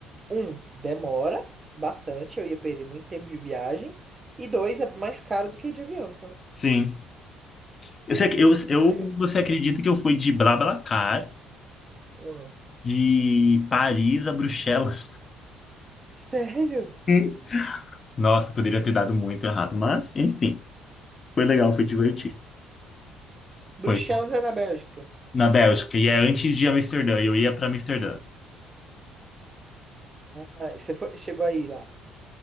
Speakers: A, on the right; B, on the left.
A: um, demora bastante, eu ia perder muito tempo de viagem, e dois, é mais caro do que de avião, então
B: sim. Eu, sei que- eu, eu,
A: então é complicado.
B: você acredita que eu fui de BlaBlaCar,
A: Ó. <laughs>
B: de Paris a Bruxelas?
A: Sério?
B: Hum. <laughs> Nossa, poderia ter dado muito errado, mas, enfim, foi legal, foi divertido.
A: Bruxelas
B: Foi
A: é na Bélgica.
B: na Bélgica, e é antes de Amsterdã, eu ia para Amsterdã.
A: Ah, você foi, chegou aí lá.